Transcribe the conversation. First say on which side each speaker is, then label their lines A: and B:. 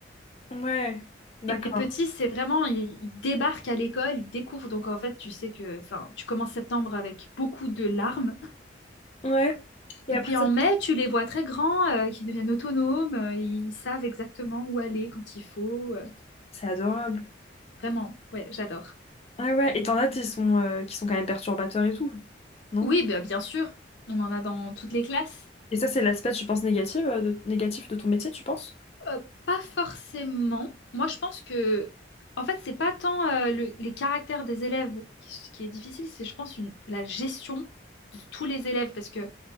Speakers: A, on the left (about 35°); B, on the left (about 75°).
A: Ouais, d'accord.
B: Et les petits, c'est vraiment, ils, ils débarquent à l'école, ils découvrent. Donc en fait, tu sais que, enfin, tu commences septembre avec beaucoup de larmes.
A: Ouais, et
B: Et
A: après,
B: puis
A: ça-
B: en mai, tu les vois très grands, euh, qui deviennent autonomes, euh, ils savent exactement où aller quand il faut. euh.
A: c'est adorable.
B: vraiment, ouais, j'adore.
A: Ah ouais, et t'en as qui sont, euh, qui sont quand même perturbateurs et tout, non?
B: Oui, bah, bien sûr, on en a dans toutes les classes.
A: Et ça, c'est l'aspect, je pense, négatif, euh, de, négatif de ton métier, tu penses?
B: Euh, pas forcément. Moi, je pense que, en fait, c'est pas tant euh, le- les caractères des élèves qui, qui est difficile, c'est, je pense, une- la gestion de tous les élèves parce que